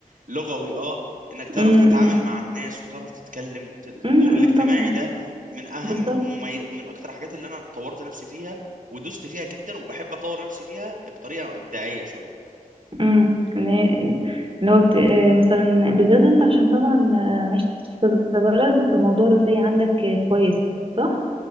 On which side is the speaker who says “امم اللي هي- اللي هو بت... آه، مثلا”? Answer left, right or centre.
Right